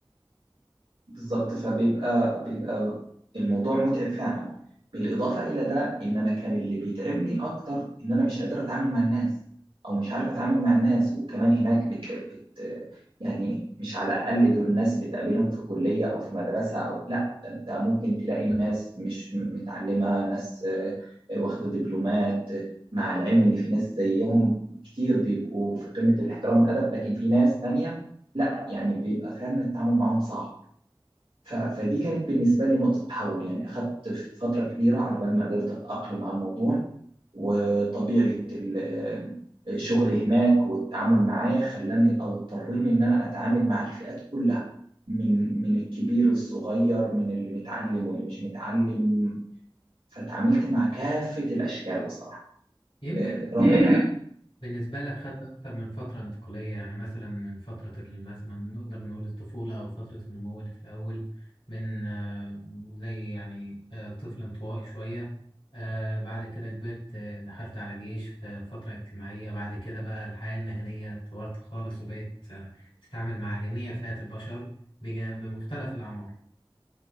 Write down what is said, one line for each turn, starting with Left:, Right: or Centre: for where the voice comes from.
Right: بالظبط فبيبقى بيبقى الموضوع متعب فعلا بالإضافة إلى ده إن أنا كان اللي بيتعبني أكتر إن أنا مش قادر أتعامل مع الناس أو مش عارف أتعامل مع الناس وكمان هناك بت... بت... يعني مش على الأقل دول الناس بتقابلهم في كلية أو في مدرسة أو لا ده أنت ممكن تلاقي ناس مش متعلمة ناس آه، آه، واخدة دبلومات آه، مع العلم إن في ناس زيهم كتير بيبقوا في قمة الاحترام والأدب لكن في ناس تانية لا يعني بيبقى فعلا التعامل معاهم صعب ف- فدي كانت بالنسبة لي نقطة تحول يعني أخذت فترة كبيرة على بال ما قدرت أتأقلم على الموضوع وطبيعة ال- الشغل هناك والتعامل معاه خلاني أو اضطريني إن أنا أتعامل مع الفئات كلها من من الكبير للصغير من اللي متعلم واللي مش متعلم فتعاملت مع كافة الأشكال بصراحة
Left: يمكن
Right: آه، رغم
Left: بالنسبة لك خدت أكتر من فترة انتقالية يعني مثلا من فترة ال- مثلا نقدر نقول الطفولة أو فترة النمو اللي في الأول من آه، زي يعني آه، طفل انطوائي شوية آه، بعد كده كبرت آه، دخلت على جيش في فترة اجتماعية بعد كده بقى الحياة المهنية اتطورت خالص وبقيت آه، تتعامل مع جميع فئات البشر بجا- بمختلف الأعمار